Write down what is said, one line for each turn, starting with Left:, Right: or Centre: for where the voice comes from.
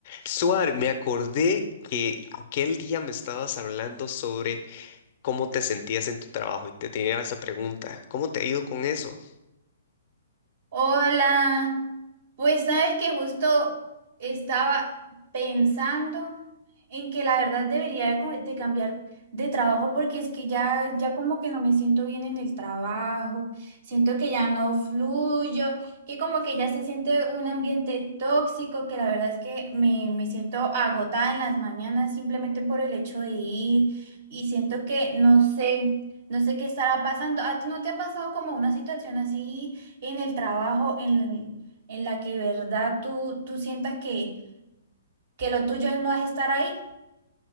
Left: Suar, me acordé que aquel día me estabas hablando sobre cómo te sentías en tu trabajo y te tenía esa pregunta, ¿cómo te ha ido con eso?
Right: Hola, pues sabes que justo estaba pensando en que la verdad debería de co- de cambiar de trabajo porque es que ya, ya como que no me siento bien en el trabajo, siento que ya no fluyo, que como que ya se siente un ambiente tóxico, que la verdad es que me, me siento agotada en las mañanas simplemente por el hecho de ir y siento que no sé, no sé qué estará pasando. ¿A ti no te ha pasado como una situación así? en el trabajo en, en la que de verdad tú, tú sientas que, que lo tuyo no es estar ahí